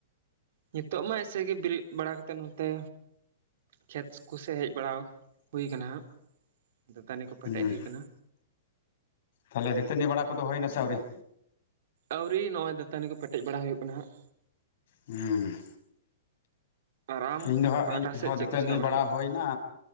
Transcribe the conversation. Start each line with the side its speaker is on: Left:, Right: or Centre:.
Right: ᱱᱤᱛᱚᱜ ᱢᱟ ᱮᱭᱥᱮ ᱜᱮ ᱵᱮᱨᱮᱫ ᱵᱟᱲᱟ ᱠᱟᱛᱮᱫ ᱱᱚᱛᱮ ᱠᱷᱮᱛ ᱠᱚᱥᱮᱫ ᱦᱮᱡ ᱵᱟᱲᱟ ᱦᱩᱭ ᱟᱠᱟᱱᱟ ᱦᱟᱸᱜ ᱫᱟᱹᱛᱟᱹᱱᱤ ᱠᱚ ᱯᱮᱴᱮᱡ
Left: ᱦᱮᱸ
Right: ᱦᱩᱭ ᱟᱠᱟᱱᱟ᱾
Left: ᱛᱟᱦᱚᱞᱮ ᱫᱟᱹᱛᱟᱹᱱᱤ ᱵᱟᱲᱟ ᱠᱚᱫᱚ ᱦᱩᱭᱱᱟ ᱥᱮ ᱟᱹᱣᱨᱤ?
Right: ᱟᱹᱣᱨᱤ ᱱᱚᱜᱼᱚᱭ ᱫᱟᱹᱛᱟᱹᱱᱤ ᱠᱚ ᱯᱮᱴᱮᱡ ᱵᱟᱲᱟ ᱦᱩᱭᱩᱜ ᱠᱟᱱᱟ ᱦᱟᱸᱜ
Left: ᱦᱩᱸ
Right: ᱟᱨ ᱟᱢ
Left: ᱤᱧ ᱫᱚ ᱦᱟᱸᱜ
Right: ᱯᱟᱦᱴᱟ
Left: ᱤᱧᱦᱚᱸ
Right: ᱥᱮᱫ ᱪᱮᱫ
Left: ᱫᱟᱹᱛᱟᱹᱱᱤ
Right: ᱠᱚ ᱪᱮᱠᱟ
Left: ᱵᱟᱲᱟ
Right: ᱦᱩᱭᱩᱜ ᱠᱟᱱᱟ
Left: ᱦᱩᱭ ᱮᱱᱟ᱾